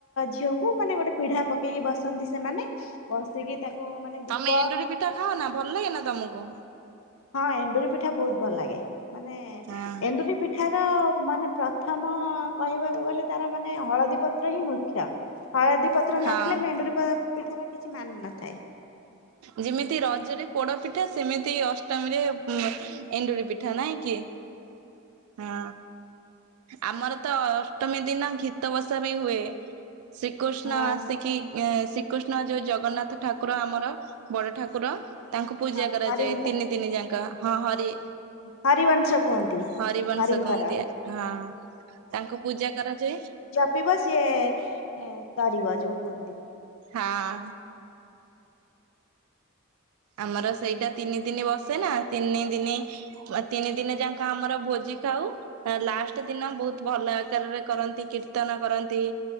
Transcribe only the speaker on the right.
ତମେ
ଏଣ୍ଡୁରି ପିଠା ଖାଅ ନା ଭଲ୍ ଲାଗେନା ତମୁକୁ?
ହଁ।
ହଁ।
ଯିମିତି ରଜରେ ପୋଡ ପିଠା ସେମିତି ଅଷ୍ଟମୀରେ ଉଁ ଏଣ୍ଡୁରି ପିଠା ନାଇଁ କି? ହଁ। ଆମର ତ ଅଷ୍ଟମୀ ଦିନ ଘୀତ ବସା ବି ହୁଏ। ଶ୍ରୀକୁଷ୍ଣ
ଆସିକି ଏଁ ଶ୍ରୀକୁଷ୍ଣ ଯୋଉ ଜଗନ୍ନାଥ ଠାକୁର ଆମର ବଡ଼ ଠାକୁର ତାଙ୍କୁ ପୂଜା
କରାଯାଏ
ତିନି ଦିନି ଯାଙ୍କ ହଁ ହରି
ହରିବଂଶ
କହନ୍ତି ଆ ତାଙ୍କୁ ପୂଜା କରାଯାଏ।
ହଁ। ଆମର ସେଇଟା ତିନି ଦିନ ବସେ ନା ତିନି ଦିନି ଆ ତିନି ଦିନେ ଯାଙ୍କ ଆମର ଭୋଜି ଖାଉ। ତାରେ ଲାଷ୍ଟ ଦିନ ବୋହୁତ୍ ଭଲ ଆକାରରେ କରନ୍ତି କୀର୍ତ୍ତନ କରନ୍ତି।